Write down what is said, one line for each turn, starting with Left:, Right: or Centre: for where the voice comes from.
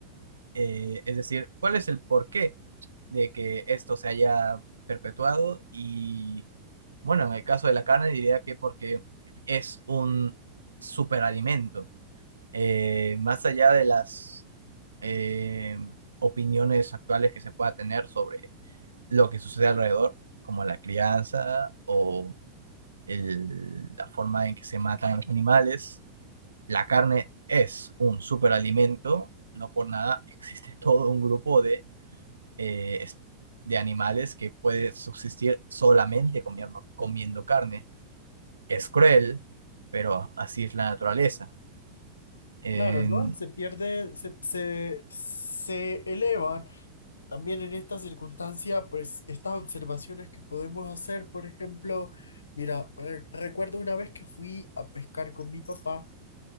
Right: Eh, es decir, cuál es el porqué de que esto se haya perpetuado y, bueno, en el caso de la carne diría que porque es un superalimento eh, más allá de las eh, opiniones actuales que se pueda tener sobre lo que sucede alrededor, como la crianza o el- la forma en que se matan a los animales, la carne es un superalimento, no por nada existe todo un grupo de, eh, es- de animales que puede subsistir solamente comiendo, comiendo carne. Es cruel, pero así es la naturaleza. En-
Left: Claro, ¿no? Y se pierde, se, se, se elevan también en esta circunstancia, pues estas observaciones que podemos hacer, por ejemplo, mira, re- recuerdo una vez que fui a pescar con mi papá